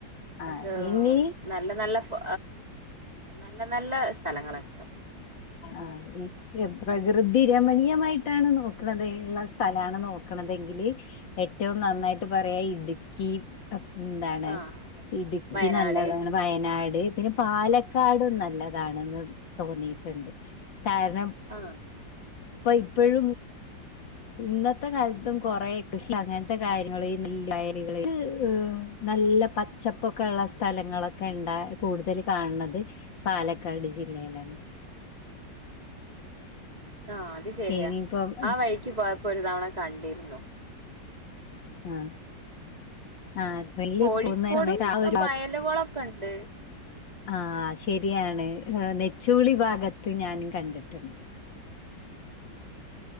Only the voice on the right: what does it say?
അനക്ക്‌
നല്ല നല്ല ഫു നല്ല നല്ല സ്ഥലങ്ങളാ ഇഷ്ടം
ആഹ്
വയനാട്
ആഹ്
ആഹ് അത് ശരിയാ
ആഹ് വഴിക്ക് പോയപ്പോ ഒരു തവണ കണ്ടിരുന്നു
കോഴിക്കോടും
വയലുകളൊക്കെ ഉണ്ട്
ആഹ്